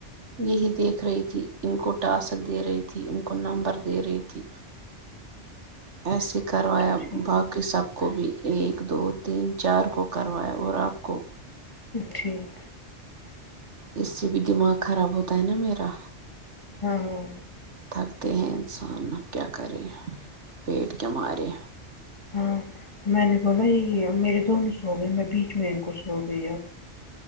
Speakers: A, on the right (about 80°); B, on the left (about 25°).
A: یہی دیکھ رہی تھی ان کو ٹاسک دے رہی تھی ان کو نمبر دے رہی تھی آس <unintelligible> کروایا
B: اچھا ٹھیک
A: باقی سب کو بھی ایک دو تین چار کو کروایا اور آپ کو
B: ٹھیک
A: اس سے بھی دماغ خراب ہوتا ہے ناں میرا
B: ہاں ہاں
A: تھک گئے ہیں انسان اب کیا کرے پیٹ کے مارے
B: ہاں میں نے بولا یہ ہی ہے میرے دونوں سوگئے میں بیچ میں ان کو سو گئی ہوں